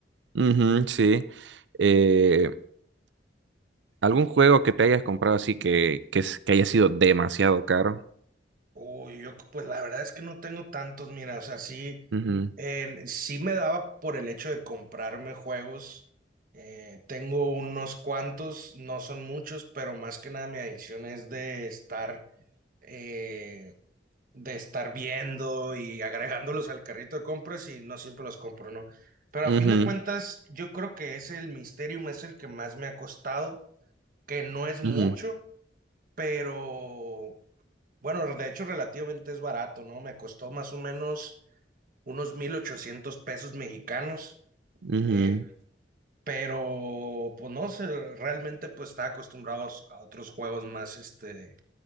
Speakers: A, on the right; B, on the right.
A: Ujú, sí. Eh, ¿algún juego que te hayas comprado así que, que, es- que haya sido demasiado caro?
B: Uy, yo pues la verdad es que no tengo tantos, mira, o sea, sí,
A: Ujú,
B: en- sí me daba por el hecho de comprarme juegos. Eh, tengo unos cuantos, no son muchos, pero más que nada mi adicción es de estar, eh, de estar viendo y agregándolos al carrito de compras y no siempre los compro, ¿no? Pero
A: ujú,
B: a fin de cuentas, yo creo que es el Mysterium, es el que más me ha costado, que no es mucho
A: ujú,
B: pero bueno, de hecho relativamente es barato, ¿no? Me costó más o menos unos 1.800 pesos mexicanos,
A: ujú,
B: eh, pero pues no sé, realmente pues está acostumbrado a otros juegos más, este,